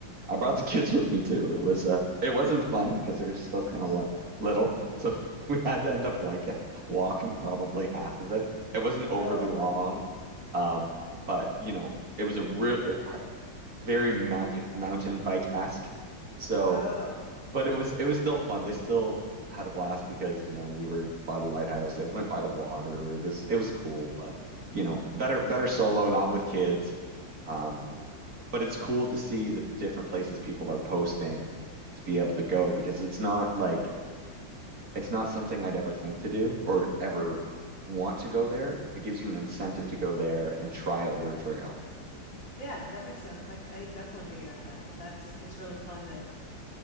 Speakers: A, on the right; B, on the left.
A: I brought the kids with me too. It was uh, it wasn't fun because they're still kind of li little, so <laughs> we had to end up like walking probably half of it. It wasn't overly
B: Oh,
A: long, um, but you know, it was a real very mountain mountain bike-esque. So,
B: oh.
A: but it was it was still fun. They still had a blast because you know we were by the lighthouse. It went by the water. It was it was cool, but you know, better better solo, not with kids. Um, but it's cool to see the different places people are posting to be able to go because it's not like it's not something I'd ever think to do or ever want to go there. It gives you an incentive to go there and try out their trail.
B: Yeah, that makes sense. Like I definitely hear you on that. That's it's really fun that